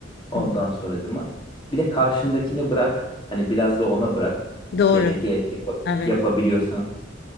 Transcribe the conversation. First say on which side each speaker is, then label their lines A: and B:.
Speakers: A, on the left; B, on the left.
A: Ondan
B: hı.
A: sonracıma. Bir de karşındakine bırak. Hani biraz da ona bırak.
B: Doğru.
A: Delege et yapa-
B: Evet.
A: yapabiliyorsan.